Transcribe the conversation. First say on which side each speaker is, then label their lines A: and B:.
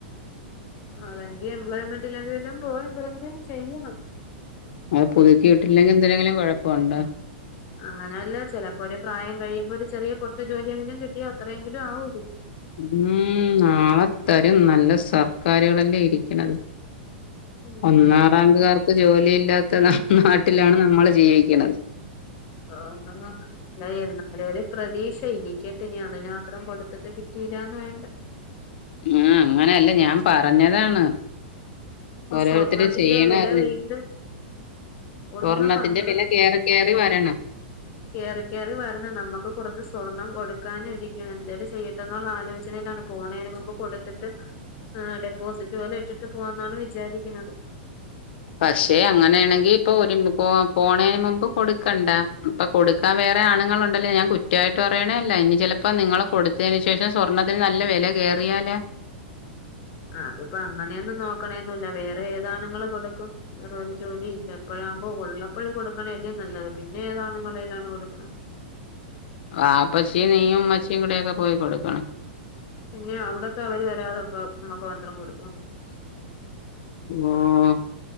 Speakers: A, on the left; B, on the left.
A: അതെങ്കി എംപ്ലോയ്മെന്റ്ലെങ്കിലും പോയി എന്തെരെങ്കിലും ചെയ്യണം
B: അത് പുതുക്കീട്ടില്ലെങ്കിൽ എന്തെരെങ്കിലും കൊഴപ്പിണ്ടോ
A: അങ്ങനല്ല ചെലപ്പോ ഒരു പ്രായം കഴിയുംമ്പോ ഒരു ചെറിയ പൊട്ടുജോലിയെങ്കിലും കിട്ടിയാ അത്രയെങ്കിലും ആവൂത്
B: ഉം നാളെത്തരും നല്ല സർക്കാരുകളല്ലേ ഇരിക്കണത്
A: ഉം
B: ഒന്നാറാങ്കുകാർക്ക് ജോലിയില്ലാത്ത നാട്ടിലാണ് നമ്മള് ജീവിക്കണത്
A: ആഹ് ങനെ അല്ല എന്നാലൊരു പ്രതീക്ഷ ഇരിക്കെട്ട് ഇനി അതിനുമാത്രം കൊടുത്തിട്ട് കിട്ടില്ലാന്ന് വേണ്ട
B: ഉം അങ്ങനല്ല ഞാൻ പറഞ്ഞതാണ്
A: ഇപ്പൊ
B: ഓരോരുത്തര്
A: സ്വർണത്തിന്റെ
B: ചെയ്യണ
A: വെല
B: അറിഞ്ഞ്
A: വീണ്ടും
B: സ്വർണ്ണത്തിന്റെ
A: ഒന്ന് പന്ത്രണ്ട്
B: വില കേറി കേറി വെരണ്
A: കേറി കേറി വെരണ് നമുക്ക് കൊറച്ച് സ്വർണ്ണം കൊടുക്കാനും ഇരിക്കണ് എന്തേലും ചെയ്യ ട്ടന്നൊളള ആലോചാനയിലാണ് പോണേന് മുമ്പ് കൊടുത്തിട്ട് ഡെപ്പോസിറ്റ് പോലെ ഇട്ടിട്ട് പോകാന്നാണ് വി വിചാരിക്കണത്
B: പക്ഷെ അങ്ങനെയാണെങ്കി ഇപ്പൊ ഒരു പോ പോണേന് മുമ്പ് കൊടുക്കണ്ട ഇപ്പൊ കൊടുക്കാൻ വേറെ ആണുങ്ങളുണ്ടല്ല ഞാൻ കുറ്റായിട്ട് പറയണേ അല്ല ഇനി ചിലപ്പോ നിങ്ങള് കൊടുത്തേന് ശേ ശേഷം സ്വർണ്ണത്തിന് നല്ല വെല കേറിയാല
A: ആഹ് അതിപ്പോ അങ്ങനേന്നും നോക്കണെന്നുല്ല വേറെ ഏതാണുങ്ങള് കൊടുക്കും വേറ ഒരു ജോലീല്ല ഇപ്പഴാവുമ്പോ ഉള്ളപ്പഴ് കൊടുക്കണെല്ലേ നല്ലത് പിന്നെ ഏതാണുങ്ങടെ കയ്യിലാണ് കൊടുക്കണേ
B: വാപ്പച്ചിയും നീയും ഉമ്മച്ചിയും കൂടക്കെപോയി കൊടുക്കണം
A: പിന്നെ അവിടക്ക അവര് വെരാതപ്പോ നമുക്ക് മത്രം കൊടുക്കാപറ്റും
B: ഓഹ്